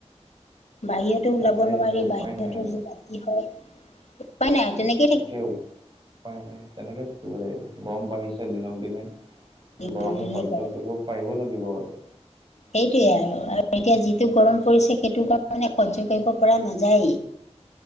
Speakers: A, on the left; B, on the right.
A: বাহিৰত। ওলাব
B: তাকে
A: নোৱাৰি
B: একে উপায়
A: বাহিৰতো
B: নাই আৰু
A: যি ৰাতি হয় উপাই নাই তেনেকে।
B: একে উপায় নে তেনেকে থাকিব লাগিব গৰম বাঢ়িছে দিনক দিনে।
A: দিনক
B: গৰম
A: দিনে
B: সজ্য
A: গৈ
B: কৰিব পাৰিব লাগিব আৰু
A: সেইটোৱেই আৰু আৰু এতিয়া যিটো গৰম পৰিছে সেইটো কাৰণে সহ্য কৰিব পৰা নাযায়েই।